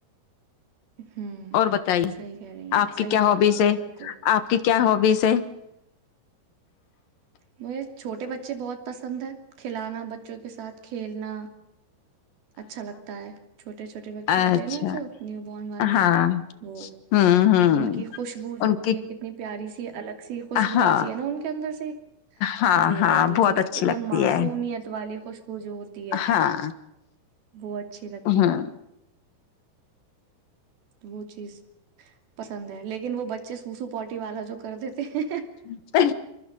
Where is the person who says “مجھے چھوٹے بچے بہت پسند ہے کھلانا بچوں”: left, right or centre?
Right